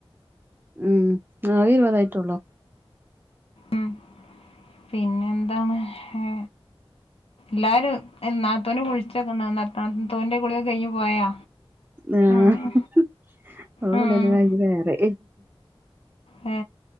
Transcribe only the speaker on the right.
ഉം ആ അത് ഇരുപതായിട്ടൊള്ളൂ
ആഹ്ഹ്ഹ്
ഓ
കുളിയക്കെ കയ്ഞ് കേറി